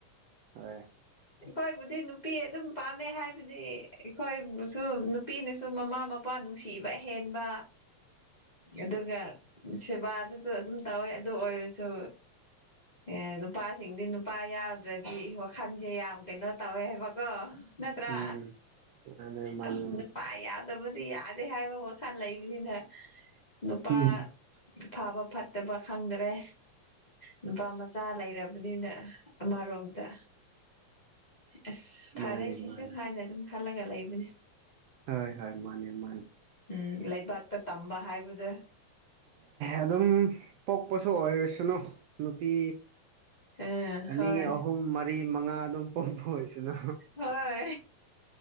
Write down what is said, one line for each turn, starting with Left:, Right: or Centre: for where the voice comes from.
Right: ꯍꯣꯏ
Left: ꯑꯩꯈꯣꯏꯕꯨꯗꯤ ꯅꯨꯄꯤ ꯑꯗꯨꯝ ꯄꯥꯝꯃꯦ ꯍꯥꯏꯕꯗꯤ ꯑꯩꯈꯣꯏꯕꯨꯁꯨ ꯅꯨꯄꯤꯅꯁꯨ ꯃꯃꯥ ꯃꯄꯥ ꯅꯨꯡꯁꯤꯕ ꯍꯦꯟꯕ ꯑꯗꯨꯒ ꯁꯦꯕꯥ ꯑꯗꯨꯁꯨ ꯑꯗꯨꯝ ꯇꯧꯋꯦ ꯑꯗꯨ ꯑꯣꯏꯔꯁꯨ ꯑꯦ ꯅꯨꯄꯥꯁꯤꯡꯗꯤ ꯅꯨꯄꯥ ꯌꯥꯎꯗ꯭ꯔꯗꯤ ꯋꯥꯈꯟꯁꯦ ꯌꯥꯝ ꯀꯩꯅꯣ ꯇꯧꯋꯦ ꯍꯥꯏꯕꯀꯣ ꯅꯠꯇ꯭ꯔꯥ
Right: ꯎꯝ ꯃꯥꯅꯦ ꯃꯥꯅꯦ
Left: ꯑꯁ ꯅꯨꯄꯥ ꯌꯥꯎꯗꯕꯗꯤ ꯌꯥ ꯑꯩ ꯍꯥꯏꯕ ꯋꯥꯈꯜ ꯂꯩꯕꯅꯤꯅ ꯅꯨꯄꯥ
Right: ꯃꯥꯅꯦ
Left: ꯐꯕ ꯐꯠꯇꯕ ꯈꯪꯗ꯭ꯔꯦ ꯅꯨꯄꯥ ꯃꯆꯥ ꯂꯩꯔꯕꯅꯤꯅ ꯑꯃꯔꯣꯝꯗ ꯑꯁ ꯐꯔꯦ
Right: ꯃꯥꯅꯦ
Left: ꯁꯤꯁꯨ
Right: ꯃꯥꯅꯦ
Left: ꯍꯥꯏꯅ ꯑꯗꯨꯝ ꯈꯜꯂꯒ ꯂꯩꯕꯅꯦ
Right: ꯍꯣꯏ ꯍꯣꯏ ꯃꯥꯅꯦ ꯃꯥꯅꯦ
Left: ꯎꯝ ꯂꯩꯕꯥꯛꯇ ꯇꯝꯕ ꯍꯥꯏꯕꯗ
Right: ꯑꯗꯨꯝ ꯄꯣꯛꯄꯁꯨ ꯑꯣꯏꯔꯁꯅꯨ ꯅꯨꯄꯤ
Left: ꯑꯥ
Right: ꯑꯅꯤ
Left: ꯍꯣꯏ
Right: ꯑꯍꯨꯝ ꯃꯔꯤ ꯃꯉꯥ ꯑꯗꯨꯝ ꯄꯣꯛꯄ ꯑꯣꯏꯁꯤꯅ
Left: ꯍꯣꯏ